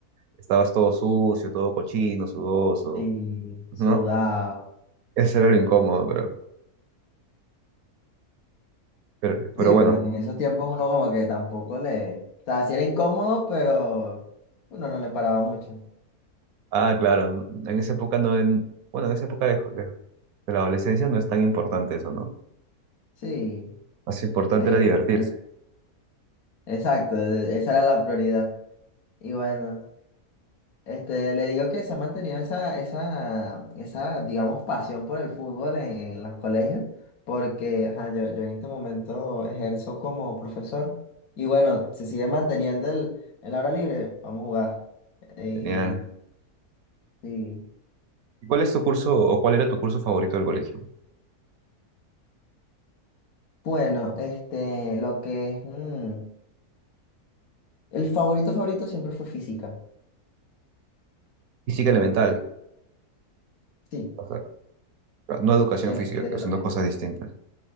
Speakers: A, on the right; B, on the left.
A: estabas todo sucio, todo cochino, sudoso,
B: Y
A: ¿no?
B: sudado.
A: Eso era lo incómodo, pero, pero, pero
B: Sí,
A: bueno.
B: pero en esos tiempos uno como que tampoco le... O sea, sí era incómodo, pero uno no le paraba mucho.
A: Ah, claro, n- en esa época no, en, bueno, en esa época de, de- de la adolescencia no es tan importante eso, ¿no?
B: Sí,
A: Más importante
B: este...
A: era divertirse.
B: Exacto, e- esa era la prioridad. Y bueno, este, le digo que se ha mantenido esa, esa, esa, digamos, pasión por el fútbol en, en los colegios, porque ajá, yo, yo en este momento ejerzo como profesor. Y bueno, se sigue manteniendo el, el hora libre, vamos a jugar. Eh,
A: Genial.
B: Y, y,
A: ¿Y cuál es tu curso o cuál era tu curso favorito del colegio?
B: bueno, este, lo que es, mm, el favorito favorito siempre fue física.
A: Física elemental,
B: Sí,
A: o sea, no educación
B: este,
A: física, que son dos cosas distintas.